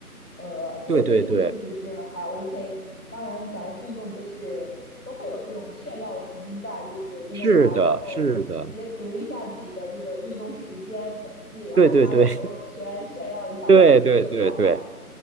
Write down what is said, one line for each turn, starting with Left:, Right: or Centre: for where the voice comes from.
Left: 呃，这个配速确实是还
Right: 对对对，
Left: OK。当然，咱运动就是都会有这种炫耀的成分在，就是运动完然后截图一下自己的那个运动时间统计，
Right: 是的，是的，
Left: 然后发个朋友圈炫耀一下我的体力有多好。
Right: 对对对 <laughs> 对对对对。